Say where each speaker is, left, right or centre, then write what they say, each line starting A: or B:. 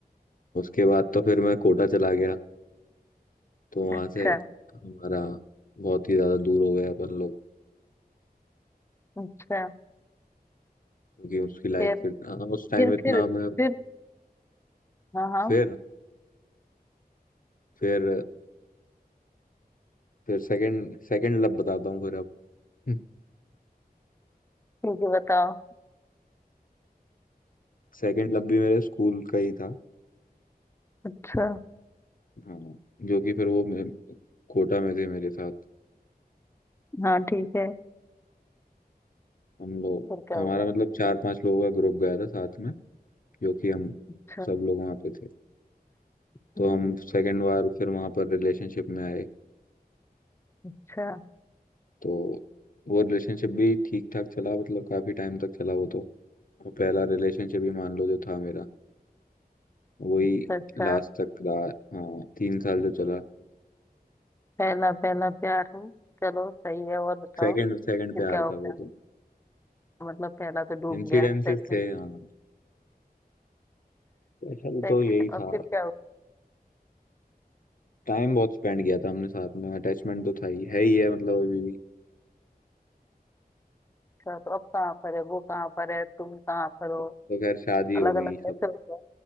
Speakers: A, on the left; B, on the left.
A: उसके बाद तो फिर मैं कोटा चला गया तो वहां
B: अच्छा
A: से हमारा बहुत ही ज्यादा दूर हो गया अपन लोग
B: अच्छा
A: क्योंकि उसकी लाइफ
B: फिर
A: फिर हाँ, उस टाइम
B: फिर
A: इतना
B: फिर
A: मैं
B: फिर हाँ हाँ
A: फिर फिर फिर सेकंड सेकंड लव बताता हूँ फिर अब <laughs>
B: ठीक है बताओ
A: सेकंड लव भी मेरे स्कूल का ही था
B: अच्छा
A: हाँ जो कि फिर वो मे- कोटा में थे मेरे साथ
B: हाँ ठीक है
A: हम लोग
B: फिर क्या
A: हमारा
B: हुआ
A: मतलब चार पांच लोगों का ग्रुप गया था साथ में जो कि हम
B: अच्छा
A: सब लोग वहाँ पे थे तो
B: हम्म,
A: हम सेकंड बार फिर वहाँ पर रिलेशनशिप में आए
B: अच्छा
A: तो वो रिलेशनशिप भी ठीक ठाक चला मतलब काफी टाइम तक चला वो तो और पहला रिलेशनशिप ही मान लो जो था मेरा वही
B: अच्छा अच्छा
A: लास्ट तक रहा हाँ तीन साल जो चला
B: पहला पहला प्यार हूँ चलो सही है और बताओ
A: सेकंड
B: फिर
A: सेकंड प्यार
B: क्या हो
A: था
B: गया
A: वो तो
B: मतलब पहला तो डूब
A: इंसिडेंसेस
B: गया सेकंड
A: थे हाँ असल
B: सेकंड
A: तो यही
B: और
A: था
B: फिर क्या हुआ
A: टाइम बहुत स्पेंड किया था हमने साथ में अटैचमेंट तो था ही है ही है मतलब अभी भी
B: अच्छा तो अब कहाँ पर है वो कहाँ पर है तुम कहाँ पर हो
A: अब तो खैर शादी
B: अलग
A: हो गई
B: अलग कैसे
A: सब
B: हो गए